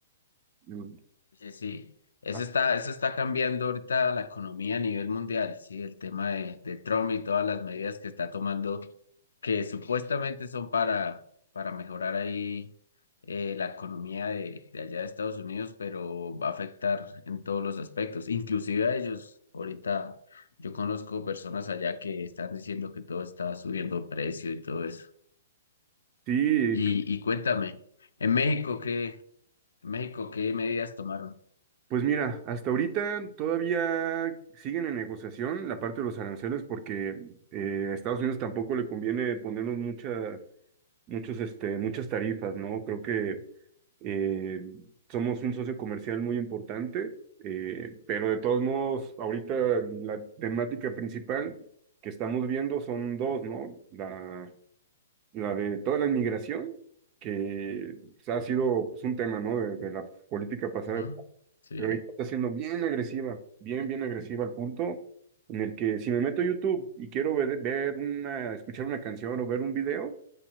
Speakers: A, on the right (about 35°); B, on the left (about 80°).
A: mm,
B: Sí, sí, eso
A: ah,
B: está, eso está cambiando ahorita la economía a nivel mundial, sí, el tema de, de Trump y todas las medidas que está tomando, que supuestamente son para, para mejorar ahí eh, la economía de, de allá de Estados Unidos, pero va a afectar en todos los aspectos, inclusive a ellos. Ahorita yo conozco personas allá que están diciendo que todo está subiendo de precio y todo eso.
A: Sí,
B: Y, y cuéntame, en México, ¿qué? México, ¿qué medidas tomaron?
A: Pues mira, hasta ahorita todavía siguen en negociación la parte de los aranceles porque eh, a Estados Unidos tampoco le conviene ponernos mucha- muchos, este, muchas tarifas, ¿no? Creo que eh, somos un socio comercial muy importante, eh, pero de todos modos, ahorita la temática principal que estamos viendo son dos, ¿no? La, la de toda la inmigración, que ha sido pues, un tema, ¿no? de de la política pasada
B: Ujú, Sí,
A: pero ahorita está siendo bien agresiva, bien, bien agresiva al punto en el que si me meto a YouTube y quiero ver, ver una, escuchar una canción o ver un video,